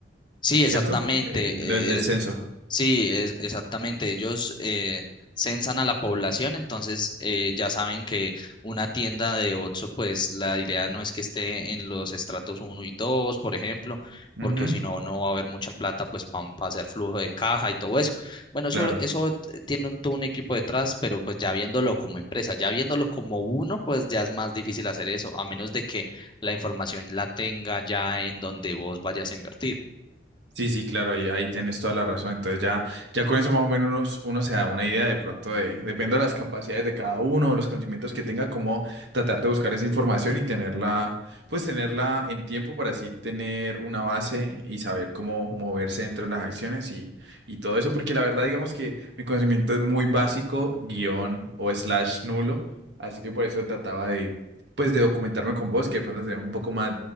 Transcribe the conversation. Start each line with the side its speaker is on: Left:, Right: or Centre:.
Left: Sí, exactamente.
Right: ¿cierto? Eh, lo del descenso.
Left: eh, Sí, es- exactamente. Ellos eh, censan a la población, entonces eh, ya saben que una tienda de Oxxo, pues la idea no es que esté en los estratos uno y 2, por ejemplo, porque
Right: Ujú,
Left: o si no, no va a haber mucha plata pues para hacer flujo de caja y todo eso. Bueno, eso,
Right: claro.
Left: eso t- tiene un, todo un equipo detrás, pero pues ya viéndolo como empresa, ya viéndolo como uno, pues ya es más difícil hacer eso, a menos de que la información la tenga ya en donde vos vayas a invertir.
Right: Sí, sí, claro, ahí, ahí tienes toda la razón. Entonces ya, ya con eso más o menos uno, uno se da una idea de pronto de, dependiendo de las capacidades de cada uno, los conocimientos que tenga, cómo tratar de buscar esa información y tenerla, pues tenerla en tiempo para así tener una base y saber cómo moverse dentro de las acciones y, y todo eso, porque la verdad digamos que mi conocimiento es muy básico, guión o slash nulo, así que por eso trataba de, pues de documentarme con vos, que de pronto tenés un poco más